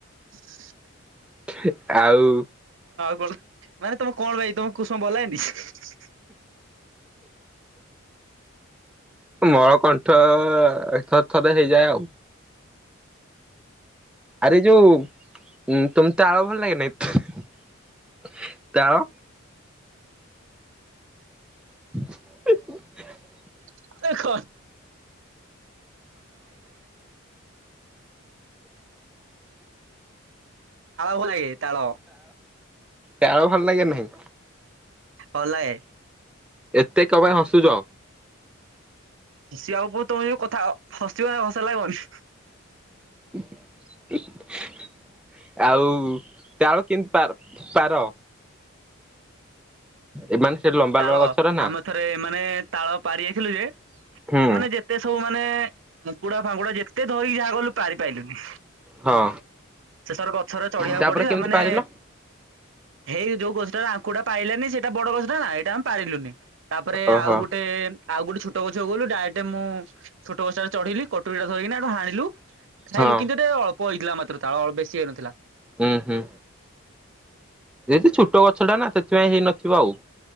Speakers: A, on the right; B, in the centre.
A: <inaudible>
B: ଥି ଆଉ।
A: ଭଳ ମାନେ ତମେ କଣ ଭାଇ ତମ କୁସୁମ ଭଲ ଲାଗେନି? <unintelligible>
B: ମଳକଣ୍ଠ ଥରେ ଥରେ ହେଇଯାଏ ଆଉ। ଆରେ ଯୋଉ ତୁମ ତ ତାଳ ଭଲ ଲାଗେ ନାଇ? <inaudible> ତାଳ। <unintelligible>
A: <unintelligible> <unintelligible> ତାଳ ଭଲ ଲାଗେ ତାଳ।
B: ତାଳ ଭଲ ଲାଗେ ନାହିଁ।
A: ହଁ ଲାଗେ।
B: ଏତେ କ ପାଇଁ ହସୁଛ?
A: ହସିବାକୁ ପ ତମେ ଯଉ କଥା ହସିବ ହସ ଲାଗିବନି।
B: <unintelligible> ଆଉ ଚାଉଳ କେମିତି ପାର ପାର ଏମାନେ ସେ ଲମ୍ବା
A: ତାଳ
B: ଲମ୍ବା ଗଛର ନା
A: ଆମେ ଥରେ ମାନେ ତାଳ ପାରିଆଖିଲୁ ଯେ
B: ହୁଁ
A: ମାନେ ଯେତେ ସବୁ ମାନେ ମୁକୁଡା ଫାଙ୍ଗୁଡା ଯେତେ ଏତେ ଧରିକି ଯାହା ଗଲୁ ପାରି ପାଇଲୁନି।
B: ହଁ
A: ଶେଷରେ ଗଛରେ ଚଢିବାକୁ
B: ତାପରେ
A: ପଡିଲା
B: କେମିତି
A: ମାନେ
B: ପାରିଲ
A: ହେଇ ଯୋଉ ଗଛଟା ଆଖୁଟା ପାଇଲାନି ସେଇଟା ବଡ ଗଛଟା ନା ଏଇଟା ଆମେ ପାରିଲୁନି। ତାପରେ
B: ଓହୋ
A: ଆଉ ଗୋଟେ ଆଉ ଗୋଟେ ଛୋଟଛକୁ ଗଲୁ ଡାଇରେକ୍ଟ ମୁଁ ଛୋ ଗଛଟ ଚଢିଲି କଟୁରୀଟା ଧରିକିନାଠୁ ହାଣିଲୁ ଖାଇଲୁ
B: ହଁ
A: କିନ୍ତୁ ଏୋଟେ ଅଳ୍ପ ହେଇଥିଲା ମାତ୍ର ତାଳ ଅଳ୍ ବେଶୀ ହେଇନଥିଲା।
B: ହୁଁ ହୁଁ ଯେ ଛୋଟ ଗଛ ଟା ନା ସେଥିପାଇଁ ହେଇନଥିବ ଆଉ।